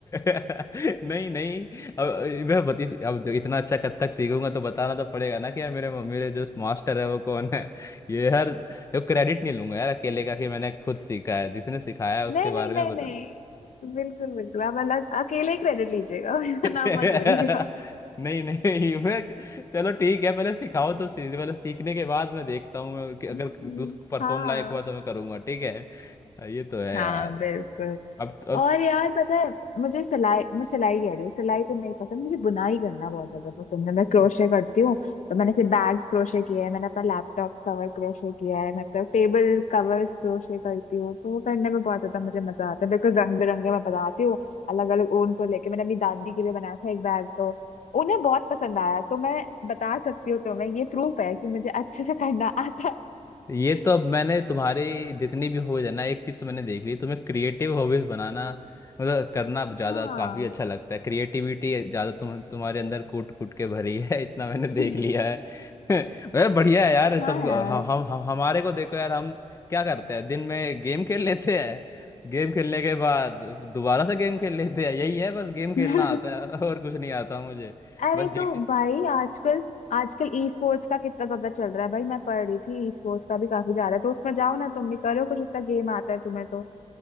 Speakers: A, on the left; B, on the left.
A: नहीं नहीं अब मैं बत, अब इतना अच्छा कथक सीखूंगा तो बताना तो पड़ेगा ना कि यार मेरे मेरे जो मास्टर है वो कौन है ये यार देखो क्रेडिट नहीं लूंगा यार अकेले का कि मैंने खुद सीखा है जिसने सिखाया है उसके
B: नहीं नहीं
A: बारे
B: नहीं
A: में बता
B: नहीं बिल्कुल बिल्कुल आप अलग अकेले क्रेडिट लीजिएगा <laughs> मेरा
A: <laughs>
B: नाम मत बोलिएगा
A: नहीं नहीं मैं चलो ठीक है पहले सिखाओ तो सही, पहले सीखने के बाद मैं देखता हूँ मैं कि अगर
B: हम्म।
A: दूस परफॉर्म
B: हाँ
A: लायक हुआ तो मैं करूंगा ठीक है ये तो है
B: हाँ
A: यार
B: बिल्कुल
A: अब
B: और यार पता है मुझे सिलाई मैं सिलाई कह रही हूँ सिलाई तो नहीं पसंद मुझे बुनाई करना बहुत ज्यादा पसंद है मैं क्रोशे
A: अब
B: करती हूँ तो मैंने से बैग्स क्रोशे किया है मैंने अपना लैपटॉप कवर क्रोशे किया है मतलब टेबल कवर्स क्रोशे करती हूँ तो वो करने में बहुत ज्यादा मुझे मजा आता है बिल्कुल रंग बिरंगे मैं बनाती हूँ अलग अलग ऊन को लेके मैंने अपनी दादी के लिए बनाया था एक बैग तो उन्हें बहुत पसंद आया तो मैं बता सकती हूँ तुम्हें ये प्रूफ है कि मुझे अच्छे से करना आता
A: ये तो अब मैंने तुम्हारे जितनी भी हॉबीज है ना एक चीज तो मैंने देख ली तुम्हें क्रिएटिव हॉबीज बनाना मतलब करना ज्यादा
B: हाँ
A: काफी अच्छा लगता है क्रिएटिविटी ज्यादा तुम तुम्हारे अंदर कूट कूट के भरी है इतना मैंने देख
B: है हाँ
A: लिया है <laughs> वह बढ़िया है यार सब
B: <laughs> हाँ
A: हम
B: यार
A: हम हमारे को देखो यार हम क्या करते हैं दिन में गेम खेल लेते हैं गेम खेलने के बाद दोबारा से गेम खेल लेते हैं यही है बस गेम खेलना
B: <laughs>
A: आता है और कुछ नहीं आता मुझे
B: अरे
A: बस
B: तो
A: जी
B: भाई आजकल आजकल ई स्पोर्ट्स का कितना ज्यादा चल रहा है भाई मैं पढ़ रही थी ई स्पोर्ट्स का भी काफी जा रहा है तो उसमें जाओ ना तुम भी करो कुछ इतना गेम आता है तुम्हें तो